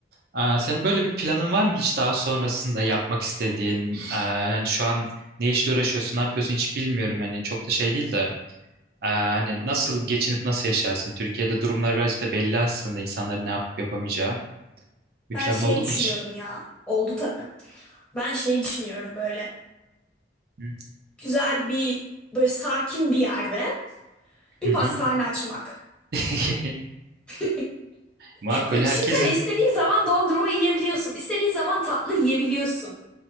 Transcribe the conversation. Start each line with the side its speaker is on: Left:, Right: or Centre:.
Right: aa, senin böyle bir planın var mı hiç daha sonrasında yapmak istediğin? Aa, yani şu an ne işle uğraşıyorsun, ne yapıyorsun hiç bilmiyorum. Hani çok da şey değil de. aa, hani nasıl geçinip nasıl yaşarsın? Türkiye'de durumlar birazcık da belli aslında insanların ne yapıp yapamayacağı. Bir
Centre: Ben
Right: planın
Centre: şey
Right: oldu mu
Centre: düşünüyorum
Right: hiç?
Centre: ya. Oldu tabii. Ben şey düşünüyorum böyle.
Right: Hı
Centre: Güzel bir böyle sakin bir yerde bir
Right: hı. hı.
Centre: pastane açmak.
Right: <laughs>
Centre: <laughs>
Right: Makul
Centre: Böyle
Right: herkesin
Centre: Düşünsene istediğin zaman dondurma yiyebiliyorsun. İstediğin zaman tatlı yiyebiliyorsun.